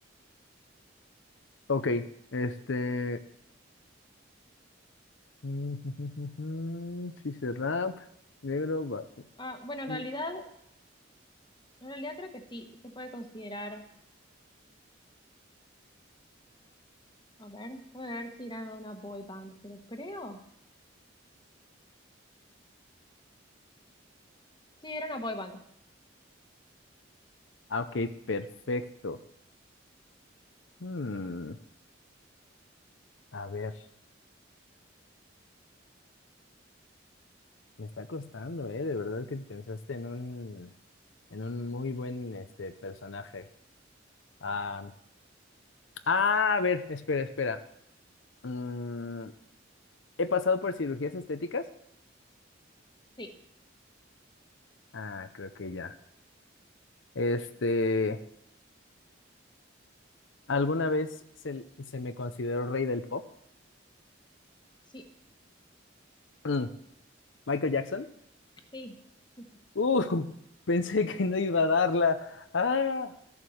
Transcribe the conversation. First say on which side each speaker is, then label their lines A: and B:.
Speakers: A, on the left (about 70°); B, on the left (about 25°).
A: Ok, este... mm, <laughs> Sí, se rap, negro... ba-
B: Ah, bueno, en
A: Mm,
B: realidad, en realidad creo que sí, se puede considerar, a ver, déjame ver si era una boy band, pero creo, sí, era una boy band,
A: ah, Ok, perfecto. Hmm, a ver. Me está costando, ¿eh? De verdad que pensaste en un, en un muy buen este, personaje. Ah, ah, a ver, espera, espera. Mm, ¿he pasado por cirugías estéticas?
B: sí,
A: Ah, creo que ya. Este, ¿alguna vez se, se me consideró rey del pop?
B: sí,
A: Mm, ¿Michael Jackson?
B: sí, <laughs>
A: Uh, <laughs> pensé que no iba a darla. Ah,